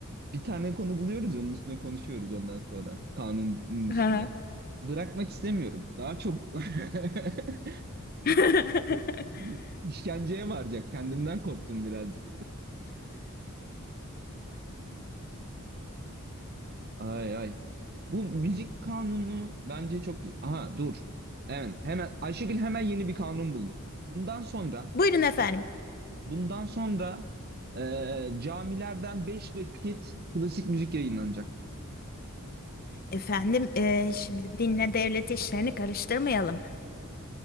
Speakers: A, on the right; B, on the left.
A: bir tane konu buluyoruz onun üstüne konuşuyoruz ondan sonra. Kanunun üstüne.
B: Hı hı.
A: Bırakmak istemiyorum. Daha çok <laughs> böyle
B: <laughs>
A: ne bileyim, işkenceye varacak. Kendimden korktum birazcık. Ay ay. Bu müzik kanunu bence çok güzel. Aha dur. Evet hemen Ayşegül hemen yeni bir kanun buldu. Bundan sonra
B: Buyurun efendim.
A: bundan sonra eee, camilerden 5 vakit klasik müzik yayınlanacak.
B: Efendim, eee, şimdi dinle devlet işlerini karıştırmayalım.